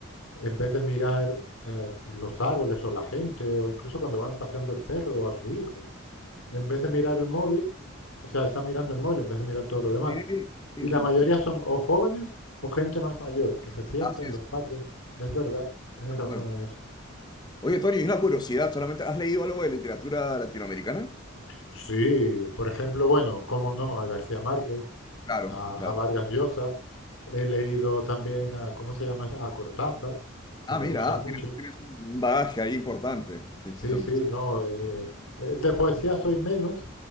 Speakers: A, on the left; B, on the left.
A: en vez de mirar eh, los árboles o la gente, o incluso cuando van paseando el perro o a su hijo, en vez de mirar el móvil, o sea, están mirando el móvil en vez de mirar todo lo demás.
B: Sí, sí,
A: Y la
B: sí,
A: mayoría
B: sí,
A: son o jóvenes o gente más mayor que se sienta
B: así
A: en
B: es.
A: los parques. Es verdad, tienes
B: tal
A: razón
B: cual.
A: en eso.
B: Oye, Tony, una curiosidad, solamente, ¿has leído algo de literatura latinoamericana?
A: Sí, por ejemplo, bueno, cómo no, a García Márquez,
B: Claro,
A: a,
B: claro.
A: a Vargas Llosa. He leído también a, ¿cómo se llama? A Cortázar, que
B: Ah,
A: me
B: mira,
A: gusta
B: ah,
A: mucho.
B: tienes, tienes un bagaje ahí importante. Sí,
A: Sí,
B: sí, son-
A: sí, no. eh, eh, de poesía soy menos,